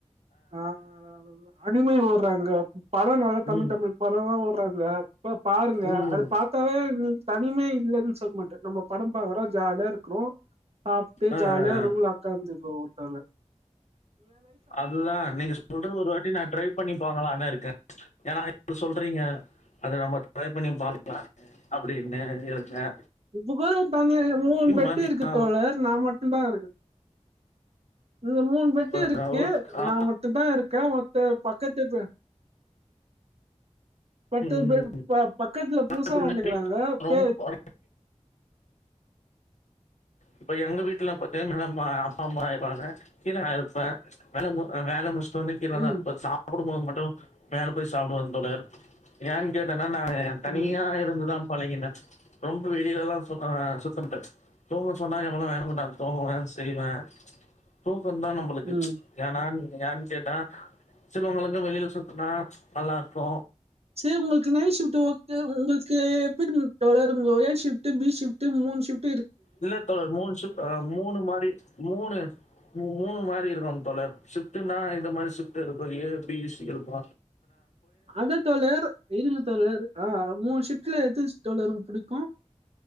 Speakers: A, on the right; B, on the left.
A: ஆ அது தா அனிமை உட்றாங்க படோ நல்ல தமிழ்
B: ம்
A: தமிழ் படமா உட்றாங்க பா பாருங்க
B: ம்
A: அது பாத்தாவே நீங்க த னிமை இல்லன் சொல்ல மாட்ட நம்ப படோ பாக்றோ ஜாலியா இருக்றோ சாப்ட்டு
B: ஆ
A: ஜாலியா
B: ஆ ஆ
A: ரூம்ல ஒக்காந்துர்ப்போ ஒட்டல்ல
B: அதுதா நீங்க சொல்றத் ஒரு வாட்டி நா ட்ரை பண்ணி பாக்களானு இருக்கே ஏனா இப்ப சொல்றீங்க அத நம்ம ட்ரை பண்ணி பாக்கலா அப்டின்னு இருக்க
A: இப்ப கூட தந்தைய மூணு பெட்டு
B: பார்த்தீங்கன்னா,
A: இருக்கு தோழர் நா மட்டுந்தா இருக்கு இந்த மூண் பெட்டு
B: இப்ப
A: இருக்கு
B: ஓக் ஆ
A: நா மட்டுந்தா இருக்க மத்த பக்கத்து பெ பத்து
B: ம்
A: பே ப பக்கத்துல புதுசா
B: எப்படின்னா
A: வண்டுக்கறாங்க
B: வீட்ல
A: பே
B: ரொம்ப இப்ப எங்க வீட்ல பாத்தீங்க நாலா மா அப்பா அம்மா ஆய்ருவாங்க கீழ நா இருப்ப வலை வேல முடிச் சொன்ன கீழனா
A: ம்
B: இப்ப சாப்டும்போது மட்டு மேல போய் சாப்டுவாங்க தோழர் ஏன்னு கேட்டன் னா நா தனியா
A: ம்
B: இருந்துதா பழங்கின ரொம்ப வெளிலல்லா ஆ சுத்த சுத்தமட்ட தூங்க சொன்னாங்க <unintelligible> தூங்கதா செய்வ தூ கந்தா நம்மளுக்கு
A: ம்
B: ஏனா யான்னு கேட்டா சிலவங்களுக்கு வெளில சுத்துனா நல்லாருக்கு
A: சேரி உங்களுக்கு நைட் சிப்ட்டு ஓகே உங்களுக்கு எப்டிங்க தோழர் கோயல் ஷிப்டு பி ஷிப்டு மூன் ஷப்ட்
B: இல்ல தோழர் மூண் ஷிப்ட் ஆ மூணு மாடி மூணு மு மூணு மாடி இருக்கு தோழர் ஷிப்டுன்னா இந்த மாரி ஷிப்டு இருக்கு ஏ பி சி இருக்கு
A: அத தோழர் இருங்க தோழர் ஆ மூண் ஷிட்ல எது தோழரு புடிக்கு